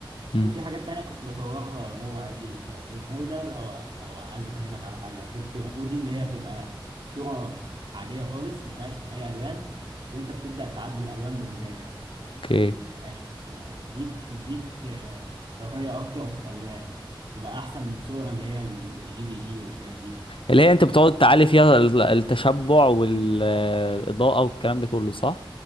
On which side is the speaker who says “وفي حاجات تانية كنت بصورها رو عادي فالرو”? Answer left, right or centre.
Right